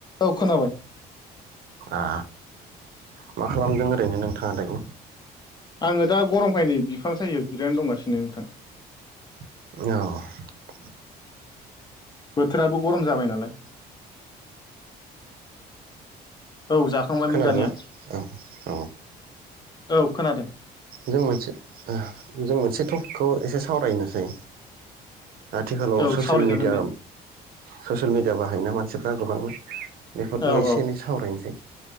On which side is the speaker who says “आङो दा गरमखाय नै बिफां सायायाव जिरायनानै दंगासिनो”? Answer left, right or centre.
Left